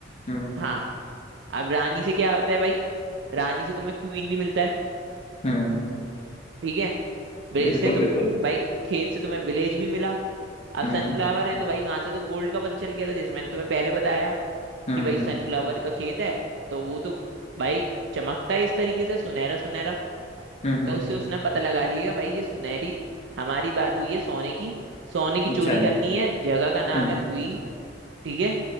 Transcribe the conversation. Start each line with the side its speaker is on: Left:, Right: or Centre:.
Left: हम्म
Right: हाँ अब रानी से क्या होता है भाई रानी से तुम्हें क्वीन भी मिलता है
Left: हम्म
Right: ठीक है विलेज
Left: बिल्कुल
Right: से तुम
Left: बिल्कुल
Right: भाई खेत से तुम्हें विलेज भी मिला अब
Left: हम्म
Right: सनफ्लावर है तो भाई वहां से तो गोल्ड का पता चल गया था जैसे मैंने तुम्हें पहले बताया
Left: हम्म
Right: कि भाई
Left: हम्म
Right: सनफ्लावर का खेत है तो वो तो भाई चमकता है इस तरीके से सुनहरा सुनहरा
Left: हम्म हम्म,
Right: तो उससे उसने पता लगा लिया भाई ये सुनहरी हमारी बात हुई है सोने की सोने की
Left: अच्छा
Right: चोरी करनी है जगह का नाम
Left: हम्म
Right: है क्वीन ठीक है